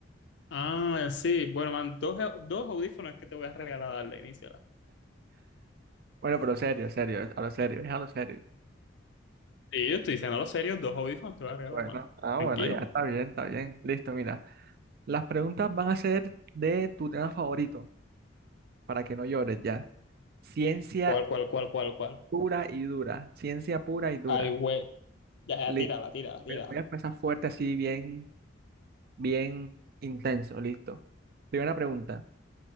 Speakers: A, on the left; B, on the right.
A: Ah, sí. Bueno, man, dos, dos audífonos que te voy a regalar, darle inicio.
B: Bueno, pero serio, serio, es a lo serio, es a lo serio.
A: Sí, yo estoy diciendo lo serio, dos audífonos te voy a regalar,
B: Bueno,
A: man.
B: ah,
A: Tranquilo.
B: bueno, ya está bien, está bien. Listo, mira. Las preguntas van a ser de tu tema favorito, para que no llores ya. Ciencia
A: ¿Cuál, cuál, cuál, cuál, cuál?
B: Pura y dura, ciencia pura y dura.
A: Ay, güey. Ya, ya,
B: Listo.
A: tírala, tírala, tírala.
B: Voy a voy a empezar fuerte, así bien, bien intenso. Listo. Primera pregunta.